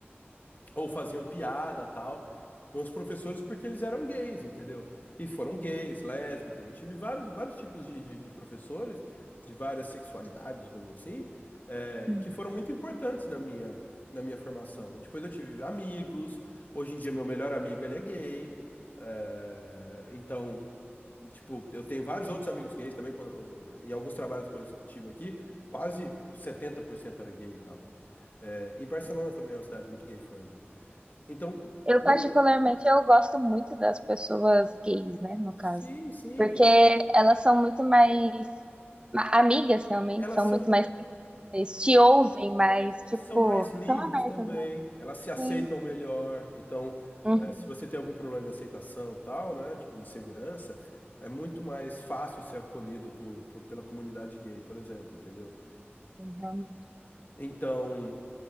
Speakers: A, on the left; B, on the right.
A: ou faziam piada tal com os professores porque eles eram gays, entendeu? E foram gays, lésbicas. Eu tive vários, vários tipos de, de, de professores de várias sexualidades, digamos assim, eh,
B: Hum.
A: e que foram muito importantes na minha, na minha formação. Depois eu tive amigos. Hoje em dia meu melhor amigo ele é gay. eh, então Tipo, eu tenho vários outros amigos gays também, quando- em alguns trabalhos que eu estive aqui, quase 70% era gay e tal. Eh, e Barcelona também é uma cidade muito gay friendly. Então,
B: Eu
A: não,
B: particularmente eu gosto muito das pessoas gays, né, no
A: sim,
B: caso,
A: sim.
B: porque elas são muito mais ma- amigas realmente,
A: Elas
B: são
A: são
B: muito
A: muito,
B: mais sensíveis, te ouvem mais, tipo,
A: são mais livres
B: são abertas,
A: também,
B: né?
A: elas se aceitam
B: Sim.
A: melhor. Então,
B: Uhum,
A: eh, se você tem algum problema de aceitação e tal, né, tipo de insegurança, é muito mais fácil ser acolhido por, por- pela comunidade gay, por exemplo, entendeu?
B: realmente.
A: Então,